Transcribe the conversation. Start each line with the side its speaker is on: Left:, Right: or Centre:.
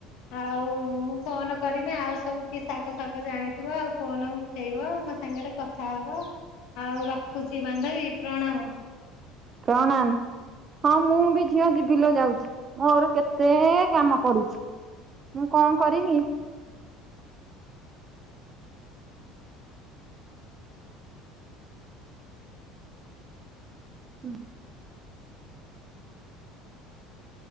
Left: ଆଉ ମୁଁ ଫୋନ କରମି ଆଉ ସବୁ କି ଶାଗ ଫାଗ ଜାଣିଥିବ ଆଉ ଫୋନ ଉଠେଇବ ମ ସାଙ୍ଗରେ କଥା ହବ ଆଉ ରଖୁଛି ବାନ୍ଧବୀ ପ୍ରଣାମ
Right: ପ୍ରଣାମ ହଁ ମୁଁ ବି ଝିଅ ବି ବିଲ ଯାଉଛି ମୋର କେତେ କାମ ପଡିୁଛି ମୁଁ କଣ କରିବି ହୁଁ